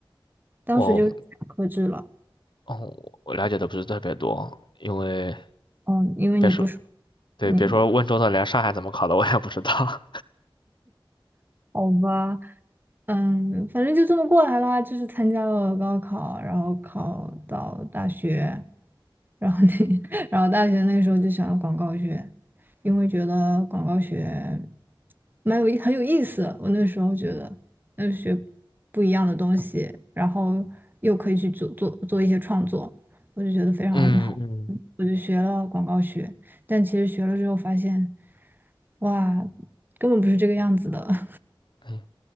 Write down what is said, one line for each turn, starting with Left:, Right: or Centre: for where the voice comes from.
Right: 当时就是选科制了。
Left: 我哦，我了解的不是特别多，因为
Right: 嗯，因为你不是
Left: 别说对，
Right: 你
Left: 别说温州的，连上海怎么考的我也不知道。
Right: 好吧？嗯，反正就这么过来啦，就是参加了高考，然后考到大学，然后那，<laughs> 然后大学那时候就选了广告学，因为觉得广告学蛮有意很有意思，我那时候觉得，那学不一样的东西，然后又可以去做做做一些创作，我就觉得非常好，
Left: <laughs> 嗯嗯。
Right: 嗯我就学了广告学，但其实学了之后发现，哇，根本不是这个样子的。<laughs>
Left: 哎。